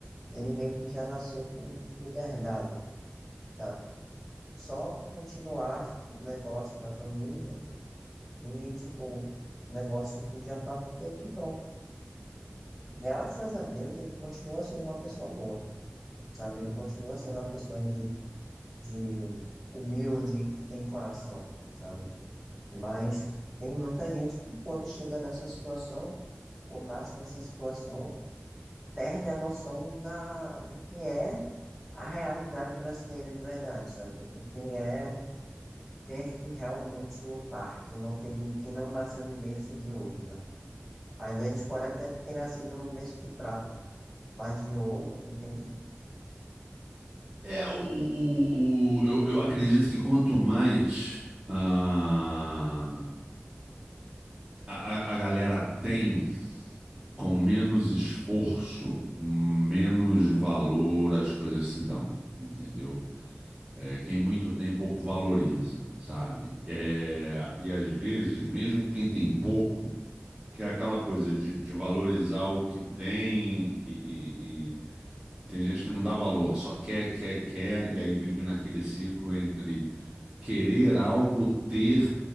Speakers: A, in the centre; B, on the right (about 20°).
A: ele meio que já nasceu com tudo herdado. sabe? só continuar o negócio da família e, tipo, o negócio que já tá meio que pronto. Graças a Deus, ele continua sendo uma pessoa boa, sabe? Ele continua sendo uma pessoa de, de humilde, que tem coração, sabe? Mas tem muita gente que, quando chega nessa situação, ou nasce nessa situação, perde a noção da, do que é a realidade brasileira de verdade, sabe? Do que é ter que realmente lutar, quem não teve, quem não nasceu em berço de ouro, né? Às vezes pode até ter nascido num berço de prata, mas de ouro, entende?
B: É, o, o, o, o- eu, eu acredito que quanto mais ah, a, a, a galera tem, com menos esforço, menos valor as coisas se dão, entendeu? É, quem muito tem, pouco valoriza, sabe? É, e às vezes, mesmo quem tem pouco, que é aquela coisa de, de valorizar o que tem e, e e tem gente que não dá valor, só quer, quer, quer, e aí vive naquele ciclo entre querer algo, ter